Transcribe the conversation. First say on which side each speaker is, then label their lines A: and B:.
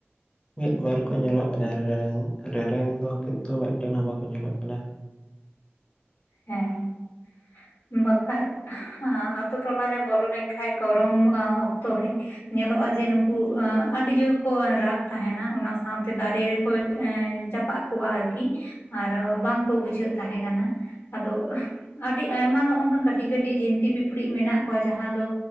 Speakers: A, on the left; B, on the left.
A: ᱢᱤᱫ ᱵᱟᱨ ᱠᱚ ᱧᱮᱞᱚᱜ ᱠᱟᱱᱟ ᱨᱮᱨᱮᱧ ᱨᱮᱨᱮᱝ ᱫᱚ ᱠᱤᱱᱛᱩ ᱢᱤᱫᱴᱮᱱ ᱦᱚᱸ ᱵᱟᱠᱚ ᱧᱮᱞᱚᱜ ᱠᱟᱱᱟ᱾
B: ᱦᱮᱸ ᱵᱟᱠᱷᱟᱡ ᱟᱛᱳ ᱴᱚᱞᱟ ᱨᱮᱢ ᱵᱚᱞᱚ ᱞᱮᱱᱠᱷᱟᱡ ᱜᱚᱨᱚᱢ ᱚᱠᱛᱚ ᱨᱮ, ᱧᱮᱞᱚᱜᱼᱟ ᱡᱮ ᱱᱩᱠᱩ ᱟᱹᱰᱤ ᱡᱳᱨ ᱠᱚ ᱨᱟᱜ ᱛᱟᱦᱮᱱᱟ᱾ ᱚᱱᱟ ᱥᱟᱶᱛᱮ ᱫᱟᱨᱮ ᱨᱮᱠᱚ ᱡᱟᱯᱟᱜ ᱠᱚᱜᱼᱟ ᱟᱨᱠᱤ, ᱟᱨᱚ ᱵᱟᱝᱠᱚ ᱵᱩᱡᱷᱟᱹᱜ ᱛᱟᱦᱮᱸ ᱠᱟᱱᱟ ᱟᱫᱚ ᱟᱹᱰᱤ ᱟᱭᱢᱟ ᱱᱚ ᱱᱚᱝᱠᱟᱱ ᱠᱟᱹᱴᱤᱡ ᱠᱟᱹᱴᱤᱡ ᱡᱤᱱᱛᱤ ᱯᱤᱯᱲᱤ ᱢᱮᱱᱟᱜ ᱠᱚᱣᱟ ᱡᱟᱦᱟᱸ ᱫᱚ